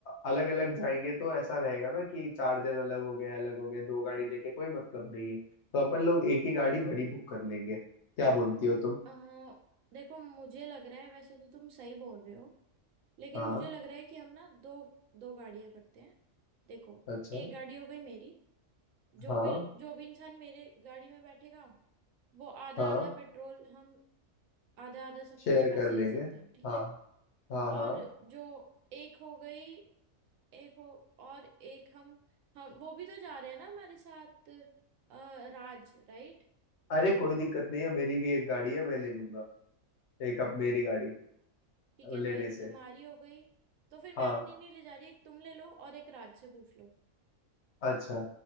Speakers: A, on the left (about 65°); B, on the right (about 75°).
A: अलग अलग जाएंगे तो ऐसा रहेगा ना कि चार जन अलग हो गए अलग हो गए दो गाड़ी लेके कोई मतलब नहीं है तो अपन लोग एक ही गाड़ी बड़ी बुक कर लेंगे क्या बोलती हो तुम
B: अ, देखो मुझे लग रहा है वैसे तो तुम सही बोल रहे हो लेकिन
A: हाँ
B: मुझे लग रहा है कि हम ना दो दो गाड़ियां करते हैं देखो
A: अच्छा
B: एक गाड़ी हो गई मेरी जो
A: हाँ
B: भी जो भी इंसान मेरे गाड़ी में बैठेगा वो आधा
A: हाँ
B: आधा पेट्रोल हम आधा आधा सबसे
A: शेयर
B: पैसे
A: कर लेंगे
B: ले सकते हैं ठीक
A: हाँ
B: है
A: हाँ हाँ
B: और जो एक हो गई एक हो और एक हम हम वो भी तो जा रहे हैं ना हमारे साथ अ, राज राइट
A: अरे कोई दिक्कत नहीं है मेरी भी एक गाड़ी है मैं ले लूंगा एक अब मेरी गाड़ी
B: ठीक
A: अब
B: है
A: लेने
B: तो एक
A: से
B: तुम्हारी हो गई तो फिर
A: हाँ
B: मैं अपनी नहीं ले जा रही एक तुम ले लो और एक राज से पूछ लो
A: अच्छा